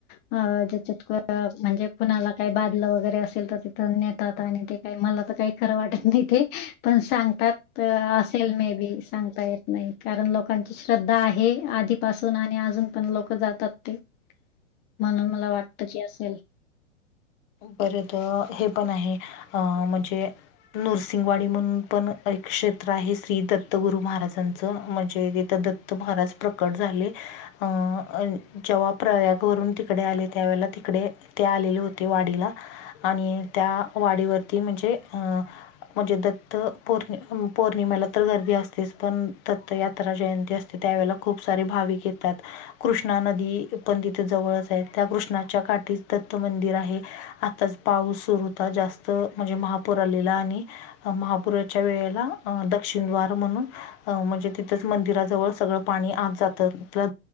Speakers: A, on the left; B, on the left.
A: अ म्हणजे कुणाला काही बादलं वगैरे असेल तर तिथं नेतात आणि ते काही मला तर काही खरं वाटत नाही ते पण सांगतात मे बी सग येत नाहीण लोक श्रद्धा आहे आधीपासून आणि अजून पण लोक जातात ते म्हणून मला वाटत की असेल
B: बर तर हे पण आहे अं म्हणजे नरसिंंगवाडी म्हणून पण एक क्षेत्र आहे श्री दत्तगुरु महाराजांचं म्हणजे तिथं दत्त तर महाराज प्रकट झाले अं जेव्हा प्रयाग वून तिकडे आले त्यावेळेला तिकडे ते आलेले होते वाडीला आणि त्या वाडीवरती म्हणजे अ म्हणजे दत्त पौर्णि पौर्णिमेला तर गर्दी असतेच पण दत् यात्रा जयंती असते त्यावेेळेला खूप सारे भाविक येतात कृष्णा नदी पण तिथे जवळच आहे त्या कृष्णाच्या काठी दत्त मंदिर आहे आताच पाऊस सुरूता जास्त म्हणजे महापौर आलेला आणि महापुराच्या वेळेला दक्षिण दवार म्हणून म्हणजे तिथंच मंदिराजवळ सगळं पाणी आत जात द